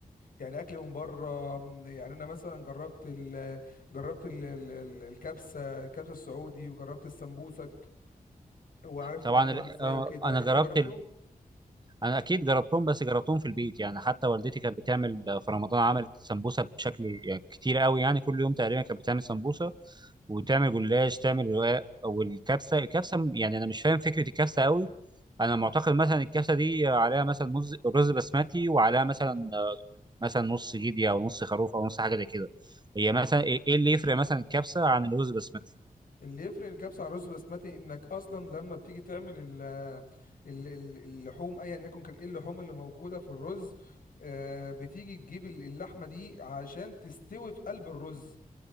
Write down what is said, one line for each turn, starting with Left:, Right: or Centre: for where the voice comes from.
Left: يعني اكل من بره م، يعني انا مثلا جربت ال جربت ال ال ال- الكبسة الكبسة السعودي وجربت السمبوسك وعرفت
Right: طبعا
Left: بعملهم
Right: ال-
Left: ازاي
Right: آه،
Left: وكده
Right: انا
Left: انت
Right: جربت
Left: جربتهم
Right: انا اكيد جربتهم بس جربتهم في البيت يعني حتى والدتي كانت بتعمل في رمضان عملت سمبوسه بشكل يعني كتير قوي يعني كل يوم تقريبا كانت بتعمل سمبوسه وتعمل جلاش تعمل رقاق والكبسه الكبسه يعني انا مش فاهم فكره الكبسه قوي انا معتقد مثلا الكبسه دي عليها مثلا مز- رز بسمتي وعليها مثلا آه، مثلا نص جدي او نص خروف او نص حاجه زي كده هي مثلا ايه إيه اللي يفرق مثلا الكبسه عن الرز بسمتي
Left: اللي يفرق الكبسة عن الرز بسمتي انك اصلا لما بتيجي تعمل ال ال ال- اللحوم ايا يكن كان ايه اللحوم اللي موجودة في الرز آه، بتيجي تجيب ال- اللحمة دي عشان تستوي في قلب الرز